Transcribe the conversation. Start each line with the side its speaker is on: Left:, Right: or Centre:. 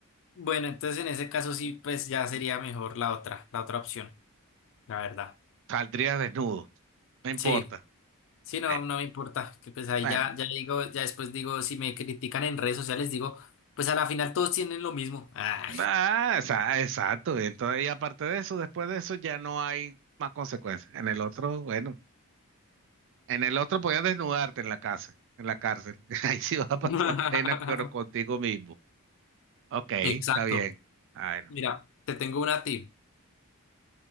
Left: Bueno, entonces en ese caso sí, pues ya sería mejor la otra, la otra opción, la verdad.
Right: Saldrías desnudo, no importa.
Left: Sí, sí, no,
Right: Bueno,
Left: no me importa, que pues ahí
Right: bueno.
Left: ya, ya digo, ya después digo, si me critican en redes sociales, digo, pues a la final todos tienen lo mismo. Ah.
Right: Ah, esa- exacto. Y entonces, y aparte de eso, después de eso ya no hay más consecuencias. En el otro, bueno, en el otro podías desnudarte en la casa, en la cárcel. <laughs> Ahí sí vas a pasar
Left: <laughs>
Right: pena, pero contigo mismo. Ok, está
Left: Exacto.
Right: bien. Ay, no,
Left: Mira, te tengo una a ti.